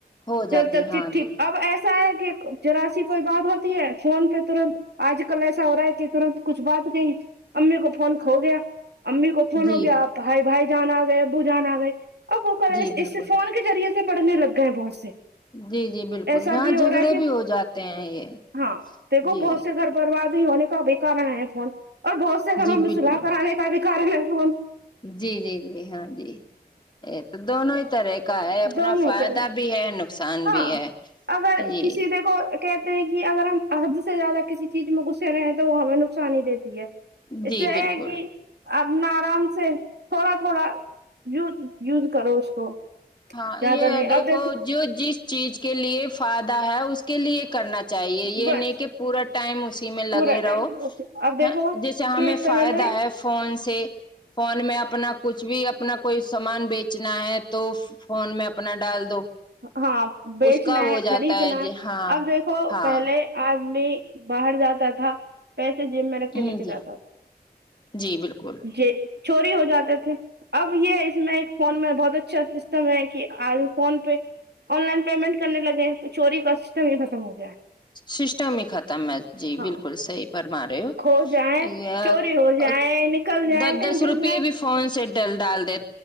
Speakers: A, on the left (about 25°); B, on the right (about 80°).
A: ہو جاتی
B: جب تک
A: ہاں
B: چٹھی
A: جی
B: اب ایسا ہے کہ ذرا سی کوئی بات ہوتی ہے فون پہ ترنت آج کل ایسا ہو رہا ہے کہ ترنت کچھ بات کہی امی کو فون کھو گیا امی کو فون
A: جی
B: ہو گیا بھائی بھائی جان آ گئے ابو جان آ گئے اب وہ کرے
A: جی
B: اس
A: بالکل
B: سے فون کے ذریعے سے پڑھنے لگئے ہے بہت سے
A: جی جی بالکل
B: ایسا
A: ہاں
B: بھی ہو
A: جھگڑے
B: رہا ہے کہ
A: بھی ہو جاتے ہیں یہ
B: ہاں دیکھو
A: جی
B: بہت سے گھر بربادی ہونے کا بھی کارن ہے فون اور بہت سے گھروں
A: جی
B: میں
A: بالکل
B: صلح کرانے کا بھی کارن ہے فون
A: جی جی جی ہاں جی یہ تو دونوں ہی طرح کا ہے اپنا
B: دونوں
A: فائدہ
B: کے
A: بھی ہے ن قصان
B: ہاں
A: بھی ہے
B: اگر
A: جی
B: کسی دیکھو کہتے ہیں کہ اگر ہم حد سے زیادہ کسی چیز میں گھسے رہے تو وہ ہمیں نقصان ہی دیتی ہے
A: جی
B: اس سے یہ
A: بالکل
B: ہے کہ اپنا آرام سے تھوڑا تھوڑا یوز یوز کرو اس کو
A: ہاں
B: زیادہ
A: یہ ہے
B: نہیں
A: دیکھو
B: اب
A: جو جس چیز کے لیے فائدہ ہے اس کے لیے کرنا چاہیے یہ
B: بس
A: نہیں کہ پورا ٹائم اسی میں لگے
B: پورا
A: رہو
B: ٹائم اب دیکھو
A: ہن جیسے ہمیں
B: کہ پہلے
A: فائدہ ہے فون سے فون میں اپنا کچھ بھی اپنا کوئی سامان بیچنا ہے تو فون میں اپنا ڈال دو
B: ہاں بیچنا
A: اس کا ہو
B: ہے
A: جاتا
B: خریدنا
A: ہے جی ہاں
B: اب دیکھو
A: ہاں
B: پہلے آدمی باہر جاتا تھا پیسے جیب میں رکھ
A: ہ
B: کے لے کے
A: جی
B: جاتا تھا
A: جی بالکل
B: جے چوری ہو جاتے تھے اب یہ اس میں ایک فون میں بہت اچھا سسٹم ہے کہ آج فون پے آن لائن پیمنٹ کرنے لگے ہیں تو چوری کا سسٹم ہی ختم ہو گیا ہے
A: سسٹم ہی ختم ہے جی
B: ہاں
A: بالکل صحیح فرما رہے ہو
B: کھو جائیں
A: یا
B: چوری ہو جائیں
A: اب
B: نکل جائیں
A: دس
B: کہیں
A: دس
B: گر
A: روپے
B: جائیں
A: بھی فون سے ڈ ڈال دے